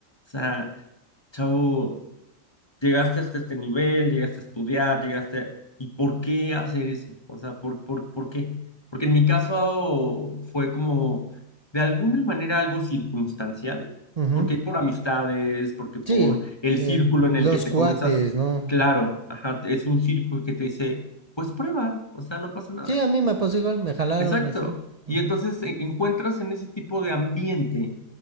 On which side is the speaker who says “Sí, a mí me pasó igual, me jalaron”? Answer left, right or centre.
Right